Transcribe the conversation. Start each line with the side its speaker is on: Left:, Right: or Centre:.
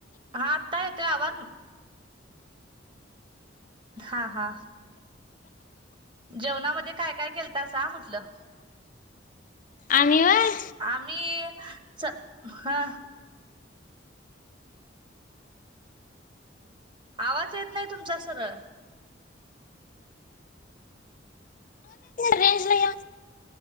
Right: हा आता येतोय आवाज हा हा. जेवणामध्ये. काय काय केलतासा अ म्हटलं.
Left: आणिवर.
Right: आम्ही च हा. आवाज येत नाही तुमचा सरळ.
Left: रेंज नाही य.